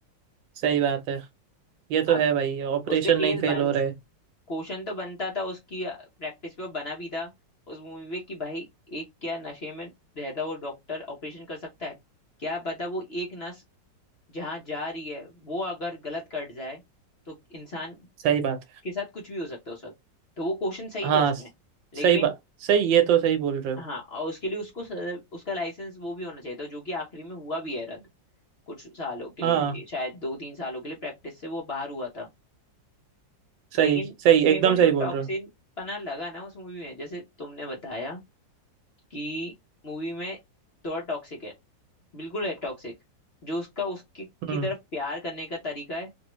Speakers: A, on the right; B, on the left.
A: सही बात है ये तो
B: अब
A: है भाई ऑपरेशन
B: उस पे केस
A: नहीं फेल
B: बन
A: हो रहे
B: क्वेश्चन तो बनता था उसकी प्रैक्टिस पे वो बना भी था उस मूवी में कि भाई एक क्या नशे में रहता वो डॉक्टर ऑपरेशन कर सकता है क्या पता वो एक नस जहाँ जा रही है वो अगर गलत कट जाए तो इंसान
A: सही बात है
B: के साथ कुछ भी हो सकता है उस वक्त तो वो क्वेश्चन सही
A: हाँ
B: था उसमें
A: स-
B: लेकिन
A: सही बात सही ये तो सही बोल रहे हो
B: हाँ और उसके लिए उसको स- उसका लाइसेंस वो भी होना चाहिए था जो कि आखिरी में हुआ भी है रद्द कुछ सालों के लिए
A: हाँ
B: शायद दो तीन सालों के लिए प्रैक्टिस से वो बाहर हुआ था लेकिन
A: सही सही
B: मेरे
A: एकदम
B: को जो
A: सही
B: टॉक्सिन
A: बोल रहे हो
B: पना लगा ना उस मूवी में जैसे तुमने बताया कि मूवी में थोड़ा टॉक्सिक है बिल्कुल है टॉक्सिक जो उसका उसकी की
A: हम्म
B: तरफ प्यार करने का तरीका है